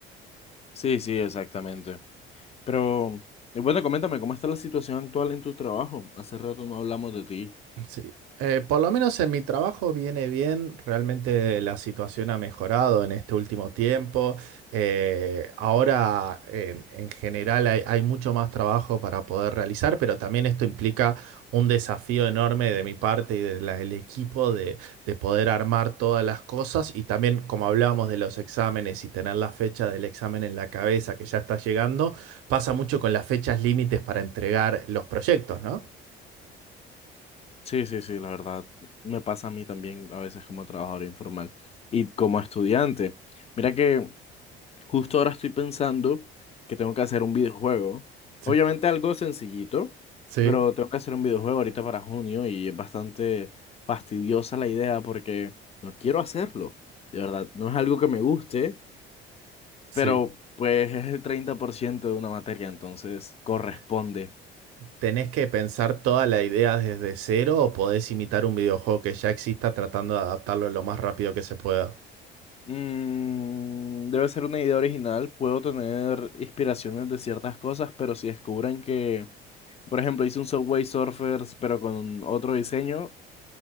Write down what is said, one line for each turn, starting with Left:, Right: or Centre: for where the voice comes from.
Left: Sí, sí, exactamente. Pero, y bueno, coméntame, ¿cómo está la situación actual en tu trabajo? Hace rato no hablamos de ti.
Right: Sí, Eh, por lo menos en mi trabajo viene bien, realmente la situación ha mejorado en este último tiempo. Eh, ahora en, en general hay, hay mucho más trabajo para poder realizar, pero también esto implica un desafío enorme de mi parte y de la- del equipo de, de poder armar todas las cosas y también como hablábamos de los exámenes y tener la fecha del examen en la cabeza que ya está llegando, pasa mucho con las fechas límites para entregar los proyectos, ¿no?
Left: Sí, sí, sí, la verdad, me pasa a mí también a veces como trabajador informal y como estudiante. Mira que justo ahora estoy pensando que tengo que hacer un videojuego.
Right: Sí,
Left: Obviamente algo sencillito,
Right: sí.
Left: pero tengo que hacer un videojuego ahorita para junio y es bastante fastidiosa la idea porque no quiero hacerlo. De verdad, no es algo que me guste
Right: Sí.
Left: pero pues es el 30% de una materia, entonces corresponde.
Right: O- ¿Tenés que pensar toda la idea desde cero o podés imitar un videojuego que ya exista tratando de adaptarlo lo más rápido que se pueda?
Left: Mm, debe ser una idea original, puedo tener inspiraciones de ciertas cosas, pero si descubren que, por ejemplo, hice un Subway Surfers, pero con otro diseño,